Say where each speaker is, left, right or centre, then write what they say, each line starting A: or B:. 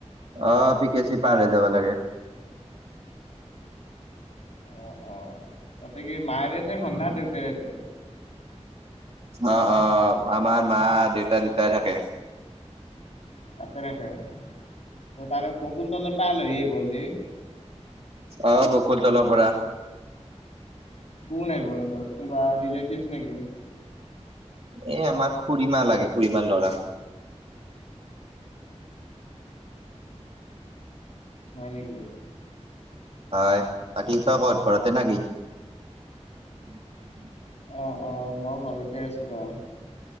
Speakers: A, on the right; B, on the left.
A: অ পি কে চি পাৰে যাব লাগে
B: অ অ তাতে কি মায়েৰে থৰখনন না দেউতাৰেটো
A: অ অ আমাৰ মা দেউতা দুউতাই থাকে।
B: তাতে থাকে ত তাৰে বকুল তলত পা লৈআহিব গে।
A: অ বকুল তলৰ পৰা।
B: কোনা আহিব কোনোবা লেটিভছ নে কি।
A: এ আমাৰ খুুৰীমা লাগে খুুৰীমাৰ ল'ৰা।
B: হয় নেকি?
A: হয় বাকী তই কত ঘৰতে না কি।
B: অ অ মই ঘৰতে আছো ৰহ।